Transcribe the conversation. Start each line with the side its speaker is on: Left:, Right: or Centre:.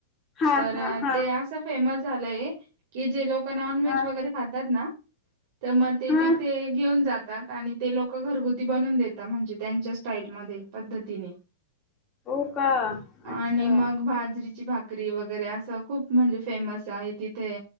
Left: हा
Right: तर
Left: हा हा
Right: ते असं फेमस झालंय. की जे लोक नॉन व्हेज
Left: हा
Right: वगैरे खातात ना तर मग ते
Left: हा
Right: तिथे घेऊन जातात आणि ते लोक घरगुती बनून देतात म्हणजे त्यांच्या स्टाईल मध्ये पद्धतीने
Left: हो का
Right: आणि
Left: अच्छा
Right: मग बाजरी ची भाकरी वगैरे असं खूप म्हणजे फेमस आहे तिथे